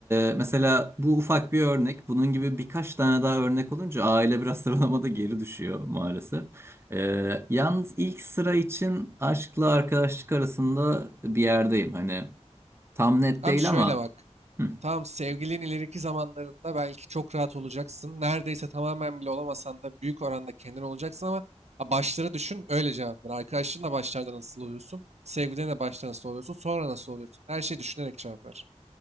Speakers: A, on the right; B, on the right.
A: e, mesela bu ufak bir örnek. Bunun gibi birkaç tane daha örnek olunca aile biraz <laughs> sıralamada geri düşüyor maalesef. E, yalnız ilk sıra için aşkla arkadaşlık arasında bir yerdeyim. Hani tam net
B: Tam
A: değil
B: şöyle
A: ama
B: bak.
A: hı.
B: Tamam sevgilin ileriki zamanlarında belki çok rahat olacaksın. Neredeyse tamamen bile olamasan da büyük oranda kendin olacaksın ama ha, başları düşün öyle cevap ver. Arkadaşlarınla başlarda nasıl oluyorsun? Sevgilinle başta nasıl oluyorsun? Sonra nasıl oluyorsun? Her şeyi düşünerek cevap ver.